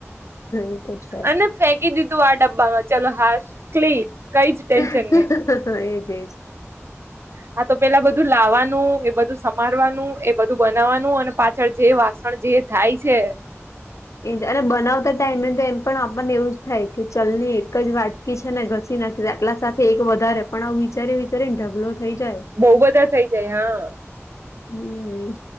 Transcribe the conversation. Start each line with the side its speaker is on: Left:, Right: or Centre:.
Left: એ તો છે
Right: અને ફેંકી દીધું આ ડબ્બામાં ચલો હાસ ક્લીન કઈ જ ટેન્શન
Left: હમ્મ
Right: નહી
Left: એજ-એજ
Right: હા તો પેલા બધું લાવાનું, એ બધું સમારવાનું, એ બધું બનાવવાનું, અને પાછળ જે વાસણ જે, થાય છે.
Left: જ્યારે બનાવતા ટાઈમે તો એમ પણ આપણને એવું થાય કે ચલને એક જ વાર કી છે ને ઘસી નાખી એટલા સાથે એક વધારે પણ આવું વિચારી વિચારીને ઢગલો થઈ જાય.
Right: બોવ બધા થઈ જાય હા
Left: હમ